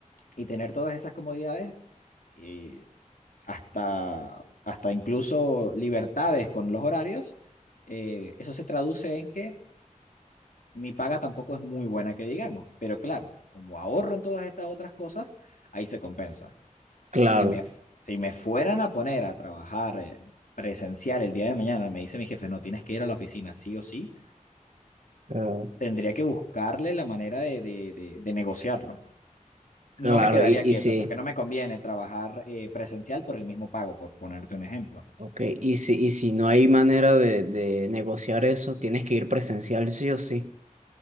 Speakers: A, on the left; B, on the right.
A: y tener todas esas comodidades, eh, hasta, hasta incluso libertades con los horarios, eh, eso se traduce en que mi paga tampoco es muy buena, que digamos, pero claro, como ahorro en todas estas otras cosas, ahí se compensa.
B: claro,
A: Si me, si me fueran a poner a trabajar eh, presencial el día de mañana, me dice mi jefe, no, tienes que ir a la oficina sí o sí,
B: claro,
A: tendría que buscarle la manera de, de, de, de negociarlo. No
B: claro,
A: me quedaría
B: y, y
A: quieta
B: sí.
A: porque no me conviene trabajar eh, presencial por el mismo pago, por ponerte un ejemplo.
B: Ok, y si, y si no hay manera de, de negociar eso, tienes que ir presencial sí o sí.